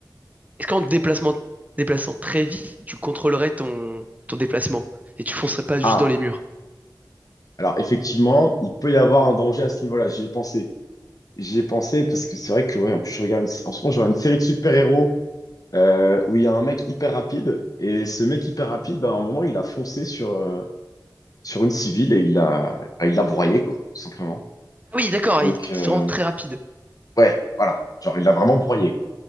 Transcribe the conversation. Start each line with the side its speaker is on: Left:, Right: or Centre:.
Right: Est-ce qu'en te déplacement, déplaçant très vite, tu contrôlerais ton, ton déplacement et tu foncerais pas juste
Left: Ah,
Right: dans les murs?
Left: alors effectivement, il peut y avoir un danger à ce niveau-là. J'y ai pensé. J'y ai pensé parce que c'est vrai que, ouais, en plus, je regarde une- en ce moment, je regarde une série de super-héros euh, où il y a un mec hyper rapide. Et ce mec hyper rapide, ben, à un moment, il a foncé sur, euh, sur une civile et il l'a, ah, il l'a broyé, quoi, tout simplement.
Right: Ah Oui, d'accord,
Left: Donc,
Right: il est
Left: euh,
Right: vraiment très rapide.
Left: ouais, voilà. Genre, il l'a vraiment broyé,